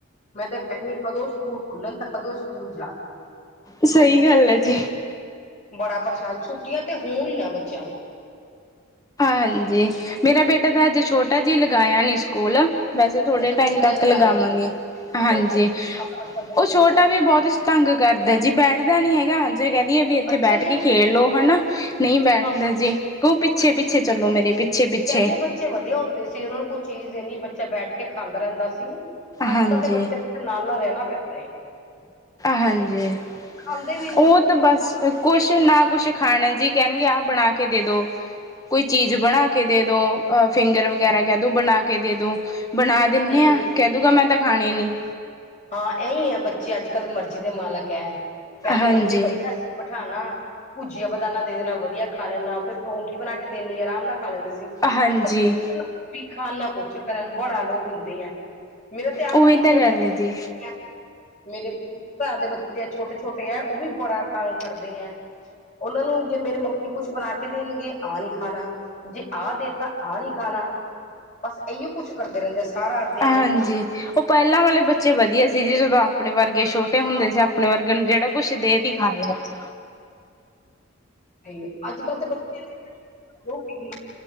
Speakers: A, on the left (about 35°); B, on the left (about 15°).
A: ਮੈਂ ਤਾਂ ਕਹਿੰਨੀ ਹ ਕਦੋਂ ਸਕੂਲ ਖੁੱਲਣ, ਤਾਂ ਕਦੋਂ ਇਹ ਸਕੂਲ ਜਾਣ
B: ਸਹੀ
A: ਲੂ ਪੀ
B: ਗੱਲ ਹੈ ਜੀ।
A: ਬੜਾ ਪਰੇਸ਼ਾਨ, ਛੁੱਟੀਆਂ ਤੇ ਹੋਣ ਹੀ ਨਾ ਬੱਚਿਆਂ ਨੂੰ।
B: ਹਾਂਜੀ, ਮੇਰਾ
A: ਛੁੱਟੀਆਂ
B: ਬੇਟਾ ਤਾਂ ਹਜੇ ਛੋਟਾ ਜਿ, ਲਗਾਇਆ ਨੀ ਸਕੂਲ ਵੈਸੇ ਥੋੜੇ
A: ਅੱਛਾ ਤੁਸੀਂ
B: ਟਾਈਮ
A: ਹਲੇ
B: ਤੱਕ
A: ਲਗਾਇਆ
B: ਲਗਾਲਾਂਗੇ,
A: ਨੀ ਛੋਟਾ
B: ਹਾਂਜੀ,
A: ਵੀ ਨਾ ਆਪਣਾ ਬੱਚਾ ਬਹੁਤ
B: ਉਹ ਛੋਟਾ
A: ਹੈ
B: ਵੀ ਬਹੁਤ ਤੰਗ ਕਰਦਾ ਜੀ, ਬੈਠਦਾ ਨੀ ਹੈਗਾ। ਦੇ ਕਹਿੰਦੀਏ ਵੀ, ਇੱਥੇ
A: ਅੱਛਾ
B: ਬੈਠ
A: ਜੀ
B: ਕੇ ਖੇਡ ਲੋ ਹਨਾ, ਨਹੀਂ ਬੈਠਦਾ
A: ਹਾਂ
B: ਜੀ, ਉਹ ਪਿੱਛੇ ਚਲੋ ਮੇਰੇ, ਪਿੱਛੇ-ਪਿੱਛੇ।
A: ਪਹਿਲੇ ਬੱਚੇ ਵਧੀਆ ਹੁੰਦੇ ਸੀ, ਉਹਨਾਂ ਨੂੰ ਕੋਈ ਚੀਜ਼ ਦੇਣੀ, ਬੱਚਾ ਬੈਠ ਕੇ ਖਾਂਦਾ ਰਹਿੰਦਾ ਸੀ। ਅੱਜ
B: ਹਾਂਜੀ
A: ਕੱਲ੍ਹ ਦੇ ਬੱਚੇ ਨਾਲ-ਨਾਲ ਰਹਿਣਾ ਪੈਂਦਾ ਏ।
B: ਹਾਂਜੀ,
A: ਖਾਂਦੇ ਵੀ ਨੀ
B: ਉਹ
A: ਫੇਰ
B: ਤਾਂ ਬਸ, ਕੁਛ
A: ਖਾਣਗੇ
B: ਨਾ ਕੁਛ ਖਾਣਾ ਜੀ ਕਹਿਣਗੇ, ਆ ਬਣਾ ਕੇ ਦੇ ਦੋ, ਕੋਈ ਚੀਜ਼ ਬਣਾ ਕੇ ਦੇ ਦੋ। ਅਹ, ਫਿੰਗਰ ਵਗੈਰਾ
A: ਹਾਂ
B: ਕਹਿ ਦਉ ਬਣਾ ਕੇ ਦੇ ਦਉ, ਬਣਾ ਦਿੰਦੇ
A: ਹੂੰ
B: ਹਾਂ, ਕਹਿ ਦਊਗਾ ਮੈਂ ਤਾਂ ਖਾਣੇ ਨਹੀਂ।
A: ਹਾਂ, ਇਹੀ ਹੈ ਬੱਚੇ ਅੱਜ ਕੱਲ੍ਹ ਮਰਜ਼ੀ ਦੇ ਮਾਲਕ ਹੈ। ਪਹਿਲੇ
B: ਹਾਂਜੀ।
A: ਬੱਚੇ ਵਧੀਆ ਸੀ। ਬਿਠਾਣਾ, ਭੁਜੀਆ-ਬਦਾਨਾ ਦੇ ਦੇਣਾ ਵਧੀਆ ਖਾ ਲੈਦਾ, ਕੋਈ ਪਰੌਂਠੀ ਬਣਾ ਕੇ ਦੇਣੀ, ਆਰਾਮ ਨਾਲ ਖਾ ਲੈਂਦੇ ਸੀ।
B: ਹਾਂਜੀ
A: ਅੱਜ ਕੱਲ ਨਾ ਰੋਟੀ ਖਾਣ, ਨਾ ਕੁਛ ਕਰਨ, ਬੜਾ ਲੋਹੁ ਪੀਂਦੇ ਆ। ਮੇਰਾ ਤੇ, ਆਪ
B: ਉਹੀ
A: ਭਤੀਜਾ-ਭਤੀਜੀ
B: ਤਾਂ ਗੱਲ ਹੈ ਜੀ
A: ਐਵੀਂ ਆ। ਮੇਰੇ ਭਰਾ ਦੇ ਬੱਚੇ, ਛੋਟੇ-ਛੋਟੇ ਹੈ, ਉਹ ਵੀ ਬੜਾ ਤੰਗ ਕਰਦੇ ਹੈ। ਉਹਨਾਂ ਨੂੰ ਜੇ ਮੇਰੀ ਮੰਮੀ ਕੁਛ ਬੁਣਾ ਕੇ ਦੇਣਗੇ, ਆਹ ਨਹੀਂ ਖਾਣਾ, ਜੇ ਆਹ ਦੇਤਾ, ਆਹ ਨਹੀਂ ਖਾਣਾ। ਬਸ, ਇਹੀਓ ਕੁੱਛ ਕਰਦੇ ਰਹਿੰਦੇ। ਸਾਰਾ ਦਿਨ
B: ਹਾਂਜੀ,
A: ਇੰਨਾ
B: ਉਹ ਪਹਿਲਾਂ ਵਾਲੇ ਬੱਚੇ ਵਧੀਆ ਸੀ, ਜੀ ਜਦੋਂ ਆਪਣੇ ਵਰਗੇ ਛੋਟੇ ਛੋਟੇ ਹੁੰਦੇ
A: ਹਾਂ
B: ਸੀ ਆਪਣੇ ਵਰਗਿਆਂ ਨੂੰ, ਜਿਹੜਾ ਕੁਛ ਦੇ ਤੀ, ਖਾ ਲਿਆ ਬਸ।
A: ਤੇ, ਅੱਜ ਕੱਲ੍ਹ ਦੇ ਬੱਚਿਆਂ ਨੇ ਤੇ ਲਹੁ ਪੀ